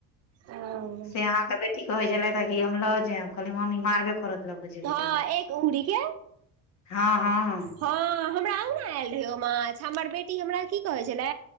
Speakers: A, on the right; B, on the left.
A: हँ
B: से अहाँके बेटी कहै छलेथ कि हम लऽ जायब कहलीय मम्मी मारबे करत कऽ जेबै
A: हँ
B: तऽ
A: एक उग्री के
B: हँ हँ,।
A: हँ हमरा अगना ऐल रहय ओ माछ हमर बेटी हमरा की कहै छलै,